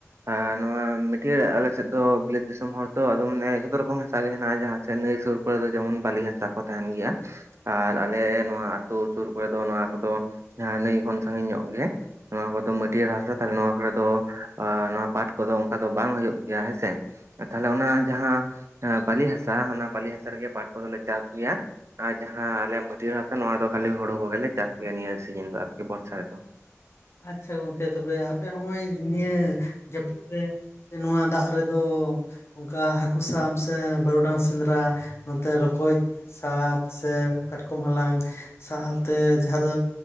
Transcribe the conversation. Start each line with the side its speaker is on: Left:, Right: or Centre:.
Right: ᱟᱨ ᱱᱚᱣᱟ ᱢᱤᱴᱤᱭᱟᱹ ᱟᱞᱮᱥᱮᱫ ᱫᱚ ᱵᱤᱞᱟᱹᱫ ᱫᱤᱥᱚᱢ ᱦᱚᱲ ᱛᱚ ᱟᱫᱚ ᱢᱟᱱᱮ ᱡᱚᱛᱚ ᱨᱚᱠᱚᱢ ᱦᱟᱥᱟ ᱜᱮ ᱦᱮᱱᱟᱜᱼᱟ ᱡᱟᱦᱟᱸᱥᱮᱫ ᱱᱟᱹᱭ ᱥᱩᱨ, ᱚᱱᱟᱫᱚ ᱡᱮᱢᱚᱱ ᱵᱟᱹᱞᱤ ᱦᱟᱥᱟ ᱠᱚ ᱛᱟᱦᱮᱸᱱ ᱜᱮᱭᱟ᱾ ᱟᱨ ᱟᱞᱮ ᱱᱚᱣᱟ ᱟᱹᱛᱩ ᱥᱩᱨ ᱠᱚᱨᱮ ᱫᱚ ᱱᱚᱣᱟ ᱠᱚᱫᱚ, ᱡᱟᱸᱦᱟ ᱱᱟᱹᱭ ᱠᱷᱚᱱ ᱥᱟᱺᱜᱤᱧ ᱧᱚᱜ ᱜᱮ᱾ ᱱᱚᱣᱟ ᱠᱚᱫᱚ ᱢᱟᱹᱴᱭᱟᱹᱲ ᱦᱟᱥᱟ ᱛᱟᱦᱞᱮ ᱱᱚᱣᱟ ᱠᱚᱨᱮ ᱫᱚ ᱱᱚᱣᱟ ᱯᱟᱴ ᱠᱚᱫᱚ ᱚᱱᱠᱟ ᱫᱚ ᱵᱟᱝ ᱦᱩᱭᱩᱜ ᱜᱮᱭᱟ ᱦᱮᱸᱥᱮ᱾ ᱛᱟᱦᱞᱮ ᱚᱱᱟ ᱡᱟᱦᱟᱸ ᱵᱟᱹᱞᱤ ᱦᱟᱥᱟ ᱚᱱᱟ ᱵᱟᱹᱞᱤ ᱦᱟᱥᱟ ᱨᱮᱜᱮ ᱯᱟᱴ ᱠᱚᱫᱚᱞᱮ ᱪᱟᱥ ᱜᱮᱭᱟ᱾ ᱟᱨ ᱡᱟᱦᱟᱸ ᱟᱞᱮ ᱢᱟᱹᱴᱭᱟᱹᱲ ᱦᱟᱥᱟ ᱱᱚᱣᱟ ᱫᱚ ᱠᱷᱟᱹᱞᱤ ᱦᱳᱲᱳ ᱠᱚᱜᱮᱞᱮ ᱪᱟᱥ ᱜᱮᱭᱟ ᱱᱤᱭᱟᱹ ᱥᱤᱡᱤᱱ ᱫᱚ ᱟᱨᱠᱤ ᱵᱚᱨᱥᱟ ᱨᱮᱫᱚ᱾
Left: ᱟᱪᱷᱟ ᱜᱚᱝᱠᱮ ᱛᱚᱵᱮ ᱟᱯᱮ ᱦᱚᱸᱜᱼᱚᱭ ᱱᱤᱭᱟᱹ ᱡᱟᱹᱯᱩᱫ ᱨᱮ ᱥᱮ ᱱᱚᱣᱟ ᱫᱟᱜ ᱨᱮ ᱟᱫᱚ ᱚᱱᱠᱟ ᱦᱟᱹᱠᱩ ᱥᱟᱵ ᱥᱮ ᱵᱟᱹᱨᱩᱰᱟᱝ ᱥᱮᱸᱫᱽᱨᱟ ᱱᱚᱛᱮ ᱨᱚᱠᱚᱡ, ᱥᱟᱯ ᱥᱮ ᱠᱟᱴᱠᱚᱢ ᱦᱟᱞᱟᱝ ᱥᱟᱶᱛᱮ ᱡᱟᱦᱟᱸ ᱫᱚ